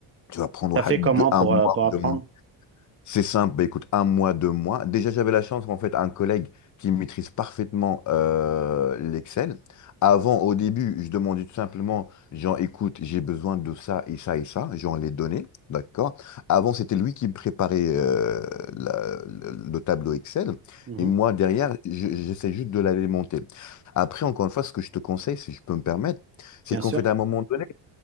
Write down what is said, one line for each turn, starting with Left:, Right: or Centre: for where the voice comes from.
Left: Tu vas prendre
Right: Ça fait
Left: un deux-
Right: comment
Left: un
Right: pour,
Left: mois,
Right: euh, pour apprendre?
Left: deux mois. C'est simple, bah, écoute, un mois, deux mois. Déjà, j'avais la chance, en fait, un collègue qui maîtrise parfaitement euh, l'Excel. Avant, au début, je demandais tout simplement, genre, écoute, j'ai besoin de ça et ça et ça, genre les données, d'accord? Avant, c'était lui qui me préparait euh, la- le, le tableau Excel,
Right: Mhm.
Left: et moi, derrière, je- j'essaie juste de l'alimenter. Après, encore une fois, ce que je te conseille, si je peux me permettre, c'est
Right: Bien
Left: qu'en
Right: sûr.
Left: fait, à un moment donné,